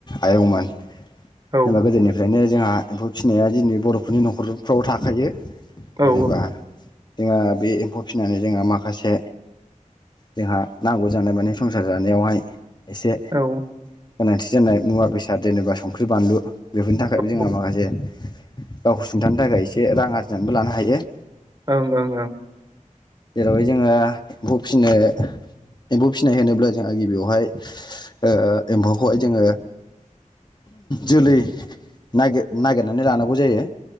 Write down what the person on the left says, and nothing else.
आयंमोन जेनेबा
गोदोनिफ्रायनो जोंहा एम्फौ फिसिनाया जोंनि बर'फोरनि न'खरफ्राव थाखायो जेनेबा
जोंहा फिनानै जोंहा माखासे जोंहा नांगौ जानाय माने संसार जानायावहाय एसे
गोन थि जानाय मुवा बेसाद जेनेबा संख्रि बानलु बेफोरनि थाखायबो जोंहा
माखासे गावखौ सुंथानो थाखाय एसे रां आरजिनानैबो लानो हायो
जेरावहाय जोङो एम्फौ फिसिनो एम्फौ फिसिनाय होनोब्ला जोंहा गिबियावहाय ओ एम्फौखौहाय जोङो जोलै नायगिर नागिरनानै लानांगौ जायो